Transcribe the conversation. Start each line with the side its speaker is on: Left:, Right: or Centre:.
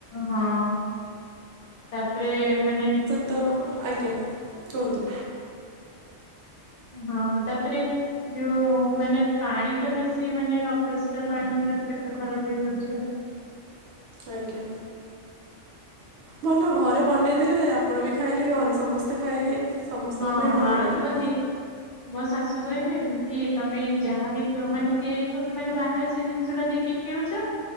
Left: ହଁ ତାପରେ ମାନେ
Right: ତ ଆଜ୍ଞା କୁହନ୍ତୁ।
Left: ହଁ ତାପରେ ଯୋଉ ମାନେ ପାଣି ଟା ବେଶୀ ମାନେ ଅପରିଶ୍ ସ୍କାର ପାଣି ଯାହା କି ପେଟ ଖରାପ ହେଇଯାଉଛି ଆଉ।
Right: ଆଜ୍ଞା। ଭଲ ଘରେ ବନେଇ ଦେଲେ ଆପଣ ବି ଖାଇଲେ ଘରେ ସମସ୍ତେ ଖାଇଲେ। ସମସ୍ତଙ୍କ
Left: ହଁ
Right: ପାଇଁ ଭଲ
Left: ମା
Right: ରହିଲା।
Left: କୁହନ୍ତି ମୋ ଶାଶୁ କହିବେ କି ତମେ ଯାହାବି କିଣ ମାନେ ତିଆରି କର ମାନେ ବାହାରେ ସେ ଜିନିଷ ଟା ଦେଇକି କିଣୁଛ।